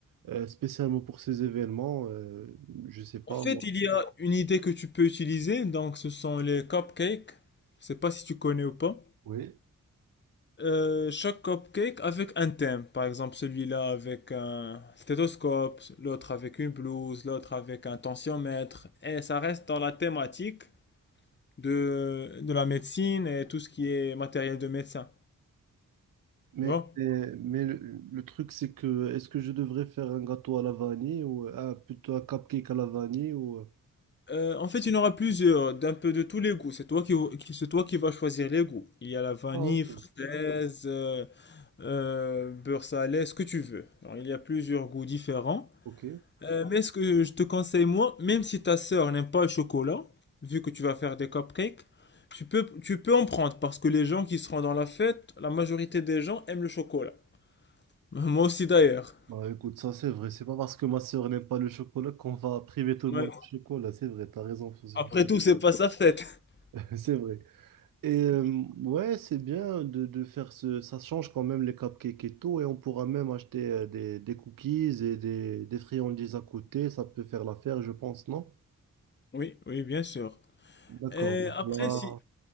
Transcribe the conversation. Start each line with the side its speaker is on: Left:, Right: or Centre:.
Right: euh, spécialement pour ces événements, euh, je sais pas
Left: En fait,
Right: moi.
Left: il y a une idée que tu peux utiliser, donc ce sont les cupcakes. Je sais pas si tu connais ou pas.
Right: Oui.
Left: Euh, chaque cupcake avec un thème. Par exemple, celui-là avec un stéthoscope, l'autre avec une blouse, l'autre avec un tensiomètre. Et ça reste dans la thématique de, de la médecine et tout ce qui est matériel de médecin.
Right: Mais,
Left: Tu vois?
Right: euh, mais, le, le truc, c'est que est-ce que je devrais faire un gâteau à la vanille ou un, plutôt un cupcake à la vanille ou...
Left: Euh, en fait, il y en aura plusieurs, d'un peu de tous les goûts. C'est toi qui, qui- c'est toi qui vas choisir les goûts. Il y a la vanille,
Right: Ah, ok.
Left: fraise, euh, euh, beurre salé, ce que tu veux. Alors, il y a plusieurs goûts différents.
Right: Ok.
Left: Euh, mais ce que je te conseille, moi, même si ta sœur n'aime pas le chocolat, vu que tu vas faire des cupcakes, tu peux, tu peux en prendre parce que les gens qui seront dans la fête, la majorité des gens aiment le chocolat. <laughs> Moi aussi d'ailleurs.
Right: Bah écoute, ça c'est vrai, c'est pas parce que ma sœur n'aime pas le chocolat qu'on va priver tout le
Left: Ouais.
Right: monde du chocolat, c'est vrai, t'as raison sur- ce
Left: Après tout, c'est
Right: point.
Left: pas sa fête. <laughs>
Right: <laughs> C'est vrai. Et euh, ouais, c'est bien de, de faire ce. Ça change quand même les cupcakes et tout. Et on pourra même acheter euh, des, des cookies et des, des friandises à côté. Ça peut faire l'affaire, je pense, non?
Left: Oui, oui, bien sûr.
Right: D'accord.
Left: Et
Right: Donc
Left: après,
Right: là,
Left: si,